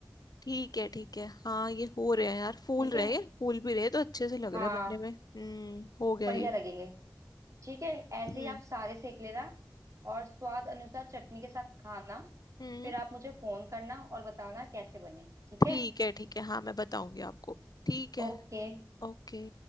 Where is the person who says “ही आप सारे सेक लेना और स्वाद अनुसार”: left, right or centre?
Right